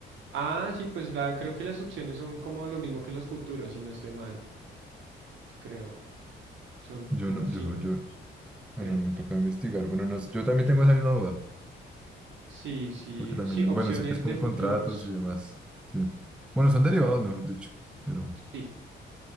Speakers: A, on the right; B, in the centre.
A: ah, sí, pues, la, creo que las opciones son como lo mismo que los futuros, si no estoy mal, creo. son
B: Yo
A: como
B: no,
A: sinónimo,
B: yo, yo,
A: creo.
B: bueno, me toca investigar. Bueno, no, sé, yo también tengo esa misma duda.
A: Sí, sí,
B: Porque también,
A: sí, opciones
B: bueno, sé que es con
A: de futuros,
B: contratos y demás. Sí. Bueno, son derivados, mejor dicho. Pero,
A: sí.